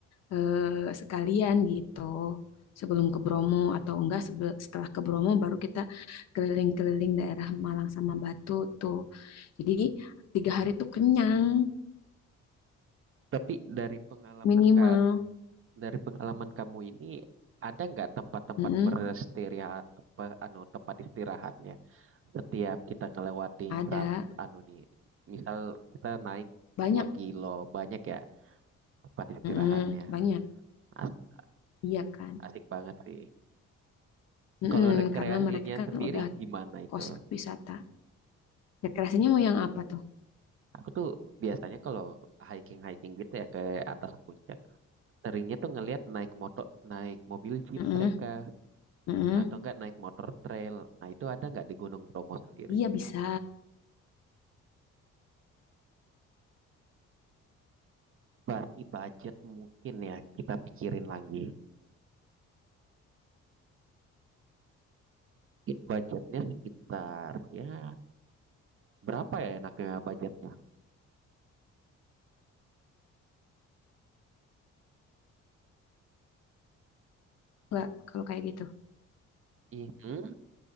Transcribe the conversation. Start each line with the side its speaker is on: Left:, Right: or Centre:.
Left: eh, sekalian gitu sebelum ke Bromo atau enggak sebe- setelah ke Bromo baru kita keliling-keliling daerah Malang sama Batu tuh jadi tiga hari tuh kenyang
Right: Tapi dari pengalaman
Left: minimal
Right: ka, dari pengalaman kamu ini ada nggak tempat-tempat
Left: Mm-mm,
Right: beristirahat apa anu tempat istirahatnya setiap kita ngelewatin
Left: ada
Right: saat anu nih misal kita naik
Left: banyak
Right: 2 kilo banyak ya tempat istirahatnya
Left: Mm-mm, banyak
Right: asik,
Left: iya kan
Right: asik banget sih
Left: Mm-mm,
Right: Kalau rekreasinya
Left: karena mereka kan
Right: sendiri
Left: udah
Right: gimana itu?
Left: kos wisata rekreasinya mau yang apa tuh
Right: Aku tuh biasanya kalau hiking-hiking gitu ya ke atas puncak, seringnya tuh ngelihat naik motor, naik mobil jeep
Left: Mm-mm,
Right: mereka
Left: mm-mm.
Right: atau enggak naik motor trail. Nah, itu ada nggak di Gunung Bromo sendiri?
Left: iya bisa
Right: Berarti budget mungkin ya kita pikirin lagi. Mungkin Budgetnya sekitar ya berapa ya enaknya budgetnya?
Left: enggak kalau kayak gitu
Right: Ih, hmm,